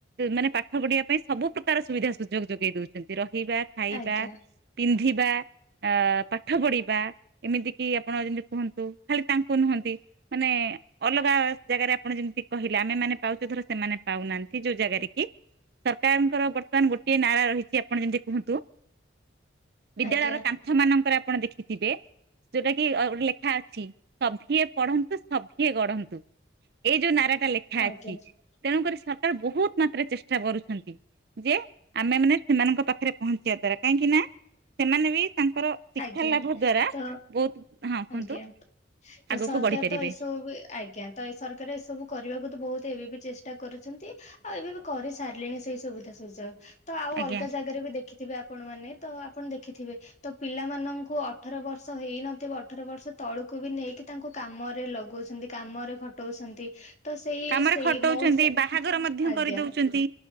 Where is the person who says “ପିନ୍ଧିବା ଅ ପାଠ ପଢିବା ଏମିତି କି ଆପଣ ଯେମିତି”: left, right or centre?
Right